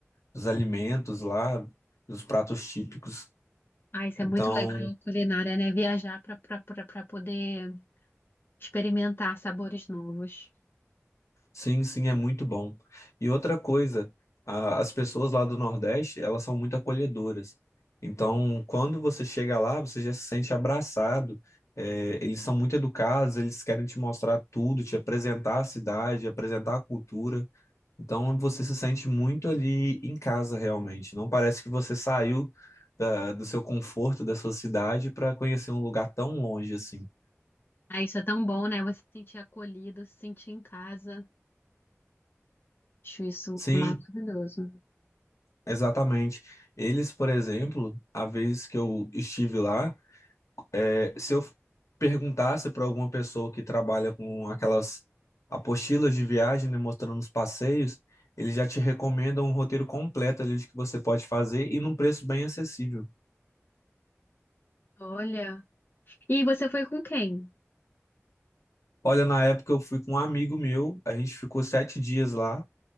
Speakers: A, on the left; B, on the left.
A: dos alimentos lá, dos pratos típicos.
B: Ah, isso
A: Então,
B: é muito legal, culinária, né? Viajar para poder experimentar sabores novos.
A: sim, sim, é muito bom. E outra coisa, a- as pessoas lá do Nordeste, elas são muito acolhedoras. Então, quando você chega lá, você já se sente abraçado. É, eles são muito educados, eles querem te mostrar tudo, te apresentar a cidade, apresentar a cultura. Então, você se sente muito ali em casa, realmente. Não parece que você saiu da- do seu conforto, da sua cidade, para conhecer um lugar tão longe assim.
B: Ah, isso é tão bom, né? Você se sentir acolhido, se sentir em casa. Acho isso
A: Sim,
B: maravilhoso.
A: exatamente. Eles, por exemplo, a vez que eu estive lá, é, se eu perguntasse para alguma pessoa que trabalha com aquelas apostilas de viagem, né, mostrando os passeios, eles já te recomendam um roteiro completo ali de que você pode fazer e num preço bem acessível.
B: Olha. E você foi com quem?
A: Olha, na época eu fui com um amigo meu, a gente ficou sete dias lá,